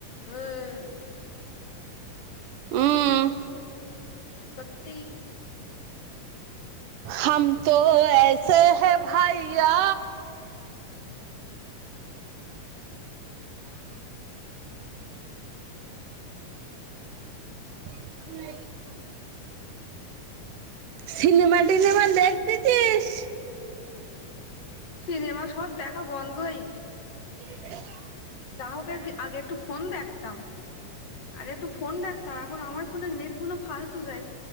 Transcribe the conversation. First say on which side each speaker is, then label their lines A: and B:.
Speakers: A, on the left (about 55°); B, on the right (about 80°).
A: ہاں
B: <inaudible>
A: کہ کرتے
B: ہم تو ایسے ہیں بھیا <inaudible> سیننےما ینما دیکھتے چ
A: سنینےما سب دیکھا بند ہے گ
B: <inaudible>
A: جا ہوک آگے ایکٹ فون دیک <inaudible> آگے تو فون دیکتاار ہمار فون نیٹ گولو پالت ج